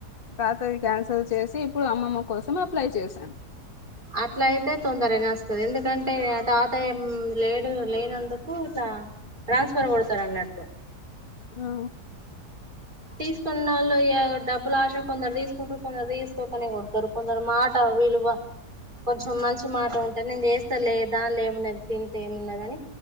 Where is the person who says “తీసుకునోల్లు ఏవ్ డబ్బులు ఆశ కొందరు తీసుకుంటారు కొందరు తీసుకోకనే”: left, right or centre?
Right